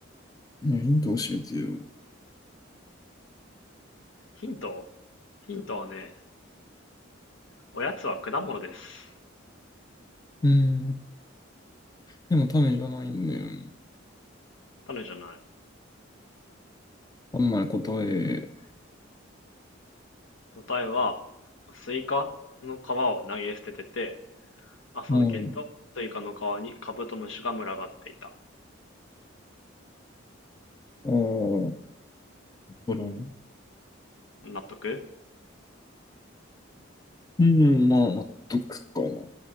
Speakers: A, on the left; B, on the left.
A: ねヒント教えてよ。
B: ヒントヒントはね、おやつは果物です。
A: うん。でも、タメじゃないんだよね。
B: 種じゃない。
A: あんまり答え。
B: 答えは、スイカの皮を投げ捨ててて、朝起きると、
A: うん。
B: スイカの皮にカブトムシが群がっていた。
A: ああ、なるほどね。
B: 納得？
A: うん、まあ、納得かな。